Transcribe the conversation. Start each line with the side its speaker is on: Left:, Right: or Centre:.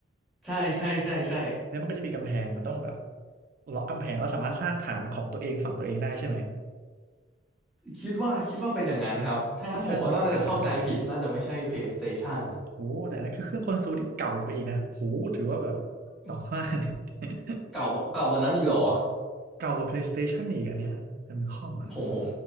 Centre: ใช่ใช่ใช่ใช่
Right: แล้วมันก็จะมีกำแพงมันต้องแบบล็อกกำแพงแล้วสามารถสร้างฐานของตัวเองฝั่งตัวเองได้ใช่ไหม
Centre: คิดว่าคิดว่าเป็นอย่างนั้นนะครับ ถ้างั้นผมก็น่าจะเข้าใจผิดน่าจะไม่ใช่
Right: ที่สร้างบล็อกกันกันกันกัน
Centre: PlayStation
Right: โอ้โหแต่อันนั้นคือเครื่องคอนโซลที่เก่าไปอีกนะโอ้โหถือว่าแบบ
Centre: อืม
Right: ต่อว่า <laughs>
Centre: เก่าเก่ากว่านั้นอีกเหรอ
Right: เก่ากว่า PlayStation อีกอันเนี้ยแฟมิคอมอ่ะ
Centre: ผมผม